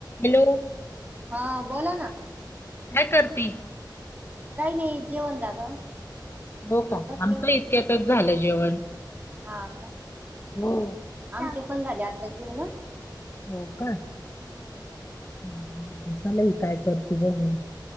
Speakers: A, on the left (about 30°); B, on the right (about 20°).
A: Hello
B: हा बोला ना
A: काय करती?
B: काही नाही जेवण झालं.
A: हो का
B: बसले
A: आमच
B: होते
A: इतक्यातच झालं जेवण.
B: हा का,
A: हो.
B: आमचे पण झाले आत्ताच जेवण.
A: हो का,
B: हम्म
A: म्हटलं चला ही काय करते बघू.